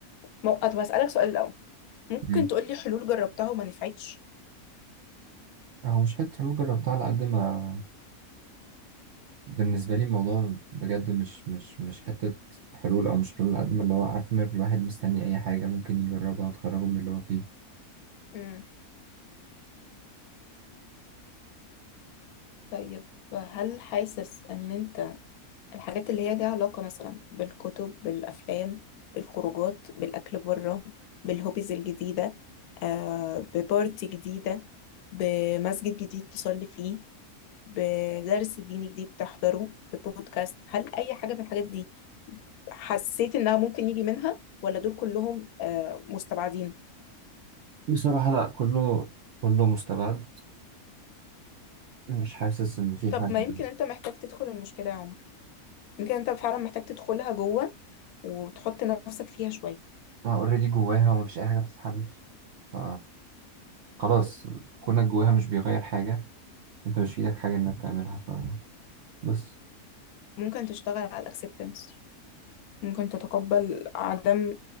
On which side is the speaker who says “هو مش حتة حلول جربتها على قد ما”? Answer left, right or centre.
Right